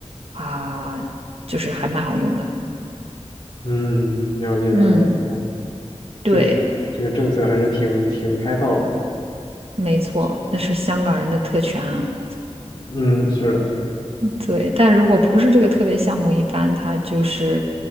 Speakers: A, on the right; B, on the left.
A: 啊，就是还蛮好用的。
B: 嗯，了解了解，
A: 嗯，
B: 哦。
A: 对，
B: 确实啊，这个政策还是挺挺开放的。
A: 没错，
B: 是
A: 那是香港人的特权啊。
B: 嗯，是的，
A: 对，但如果不是这个特别项目，一般它就是